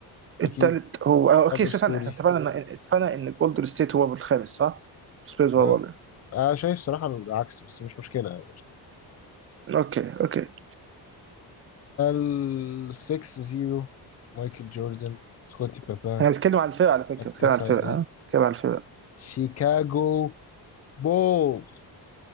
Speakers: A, on the right; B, on the left.
A: التالت
B: اكيد
A: هو أو اوكي
B: الاسطوري
A: اساسا احنا اتفقنا ان اتفقنا ان جولدن ستيت هو الخامس صح؟ سبيرز
B: أه،
A: هو الرابع
B: انا شايف صراحة العكس بس مش مشكلة يعني
A: اوكي اوكي
B: السكس زيرو مايكل جوردن سكوتي بابا
A: انا بتكلم على الفرق على فكره
B: التسعينات
A: بتكلم على الفرق ها بتكلم على الفرق
B: شيكاغو بولز